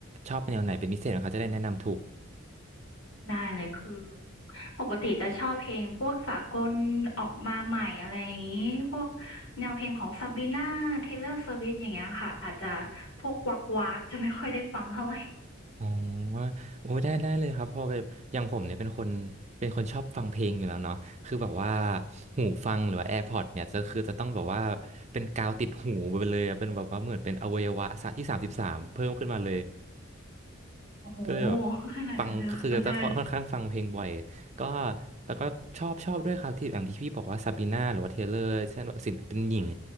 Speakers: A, on the right; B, on the left.
A: ชอบแนวไหนเป็นพิเศษเขาจะได้แนะนำถูก
B: ได้เลยคือปกติจะชอบเพลงพวกสากลออกมาใหม่อะไรอย่างนี้พวกแนวเพลงของซาบีน่าเทเลอร์สวิฟต์อย่างเงี้ยค่ะอาจจะพวกวักวักจะไม่ค่อยได้ฟังเท่าไหร่
A: อ๋อโอ้ได้ได้เลยครับเพอแบบอย่างผมเนี่ยเป็นคนเป็นคนชอบฟังเพลงอยู่แล้วเนาะคือแบบว่าหูฟังหรือว่า AirPods เนี่ยจะคือจะต้องแบบว่าเป็นกาวติดหูไปเลยอะเป็นแบบว่าเหมือนเป็นอวัยวะที่สามสิบสามเพิ่มขึ้นมาเลย
B: โอ้โห
A: ก็เลยแบบ
B: ขนาดนั้นเลยเหรอค่ะได้
A: ฟังก็คือจะค่อนข้างฟังเพลงบ่อยก็แล้วก็ชอบชอบด้วยครับที่อย่างที่พี่บอกว่าซาบีนาหรือว่าเทเลอร์เช่นแบบศิลปินหญิง